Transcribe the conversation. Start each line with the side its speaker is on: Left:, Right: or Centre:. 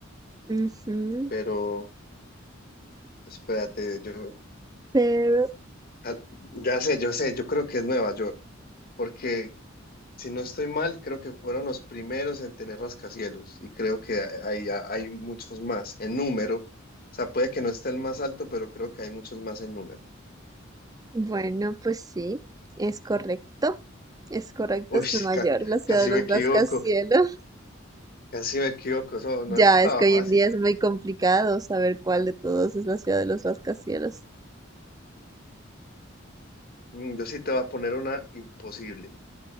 Right: Ujú,
Left: pero espérate, yo,
Right: Pero
Left: ah, ya sé, yo sé, yo creo que es Nueva York, porque si no estoy mal, creo que fueron los primeros en tener rascacielos y creo que hay, hay muchos más en número, o sea, puede que no esté el más alto, pero creo que hay muchos más en número.
Right: bueno, pues sí, es correcto. Es correcto,
Left: Uy,
Right: es Nueva
Left: ca-
Right: York, la ciudad
Left: casi
Right: de
Left: me
Right: los
Left: equivoco.
Right: rascacielos. <laughs>
Left: Casi si me equivoco, eso no
Right: Ya,
Left: estaba
Right: es que hoy
Left: fácil.
Right: en día es muy complicado saber cuál de todos es la ciudad de los rascacielos.
Left: Mm, Yo sí te voy a poner una imposible,